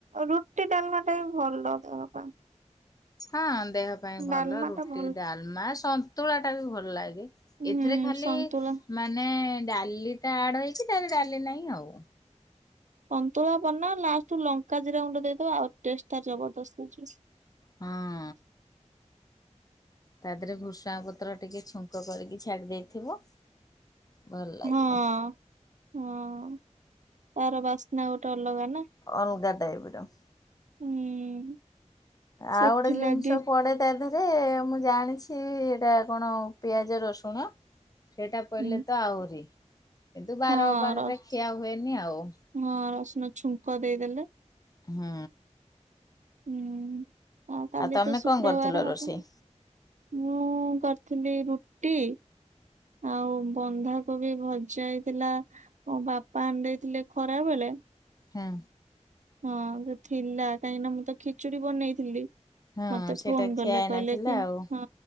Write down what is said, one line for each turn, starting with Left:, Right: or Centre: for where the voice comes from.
Right: ରୁଟି ଡାଲମା ଟା ବି ଭଲ ଦେବା ପାଇଁ।
Left: ହଁ ଦେହ ପାଇଁ ଭଲ
Right: ଡାଲମା
Left: ରୁଟି
Right: ଟା ଭଲ
Left: ଡାଲମା ସନ୍ତୁଳା ଟା ବି ଭଲ ଲାଗେ।
Right: ହୁଁ
Left: ଏଥିରେ ଖାଲି
Right: ସନ୍ତୁଳା
Left: ମାନେ ଡାଲିଟା ଆଡ ହେଇଛି ତାଲେ ଡାଲି ନାହିଁ ଆଉ।
Right: ଅନ୍ତୁଳା ବ ଲାଷ୍ଟୁ ଲଙ୍କା ଜିରା ଗୁଣ୍ଡ ଦେଇଦବା ଆଉ ଜବରଦସ୍ତ୍ ହେଇଛି।
Left: ହଁ। ତା ଦେହରେ ଭୃଷୁାଣ ପତ୍ର ଟିକେ ଛୁଙ୍କ କରିକି ଛାଡ଼ି ଦେଇଥିବ। ଭଲ ଲାଗିବ
Right: ହଁ ହଁ ତାର ବାସ୍ନା ଗୋଟେ ଅଲଗା ନା।
Left: ଅଲଗାଟାଇବର।
Right: ହୁଁ। ସେଥିଲାଗି
Left: ଆଉ ଗୋଟେ ଜିନିଷ ପଡେ। ତା ଦେହରେ ମୁଁ ଜାଣିଛି ଏଇଟା କଣ ପିଆଜ ରସୁଣ। ସେଇଟା ପହିଲେ
Right: ହୁଁ
Left: ତ ଆହୁରି କିନ୍ତୁ ବାର
Right: ହଁ
Left: ବାରରେ
Right: ରସ୍
Left: ଖିଆ ହୁଏନି ଆଉ।
Right: ହଁ ରସୁଣ ଛୁଙ୍କ ଦେଇଦେଲେ।
Left: ହଁ।
Right: ହୁଁ ହ କାଲି
Left: ଆଉ ତମେ
Right: ତ ଶୁକ୍ରବାର
Left: କଣ କରିଥିଲ ରୋଷେଇ?
Right: ହବ। ମୁଁ କରିଥିଲି ରୁଟି। ଆଉ ବନ୍ଧାକୁ ବି ଭଜାଇଥିଲା ମୋ ବାପା ଅନିଦେଇ ଥିଲେ ଖରା ବଳେ।
Left: ହଁ।
Right: ହଁ ତ ଥିଲା କାହିଁକି ନା ମୁଁ ତ ଖିଚୁଡ଼ି ବନେଇଥିଲି।
Left: ହଁ
Right: ମତେ
Left: ସେଇଟା
Right: ଫୋନ
Left: ଖିଆ
Right: କଲେ
Left: ହେଇନଥିଲା
Right: କହିଲେ କି
Left: ଆଉ।
Right: ହଁ